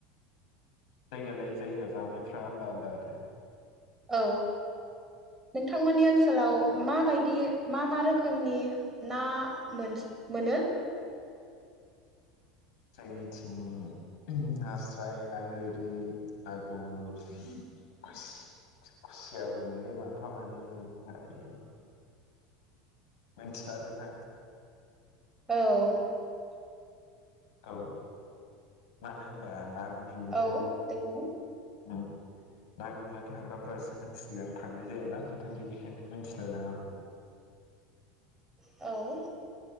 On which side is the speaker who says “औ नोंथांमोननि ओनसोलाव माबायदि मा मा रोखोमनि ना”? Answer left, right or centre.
Right